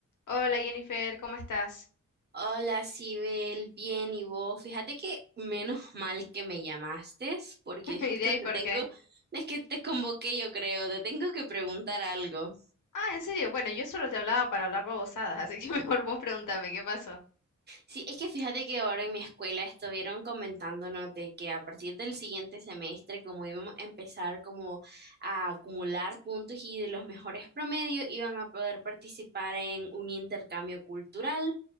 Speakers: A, on the left; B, on the right.
A: Hola Jennifer, ¿cómo estás?
B: Hola, Sibel, bien, ¿y vos? Fíjate que menos <laughs> mal que me llamaste, porque
A: <laughs> ¿Y
B: justo
A: de ahí por
B: te tengo,
A: qué?
B: es que te convoqué, yo creo, te tengo que preguntar algo.
A: Ah, en serio, bueno, yo solo te hablaba para hablar babosadas, así que <laughs> mejor vos pregúntame, ¿qué pasó?
B: Sí, es que fíjate que ahora en mi escuela estuvieron comentándonos de que a partir del siguiente semestre, como íbamos a empezar como a acumular puntos y de los mejores promedios, iban a poder participar en un intercambio cultural.